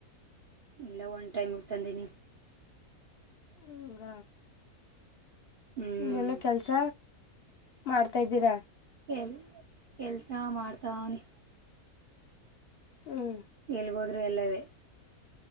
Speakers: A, on the right; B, on the left.
A: ಇಲ್ಲ ಒನ್ ಟೈಮ್ ಹತಂದನಿ
B: ಅಂಗ
A: ಹ್ಮ್
B: ಇನ್ನೇನು ಕೆಲ್ಸ ಮಾಡ್ತಾ್ದೀರಾ
A: ಕೆಲ್ ಕೆಲಸ ಮಾಡ್ತಾವ ಅವನಿ
B: ಹ್ಮ್
A: ಎಲ್ಗೋದ್ರು ಎಲ್ಲವೇ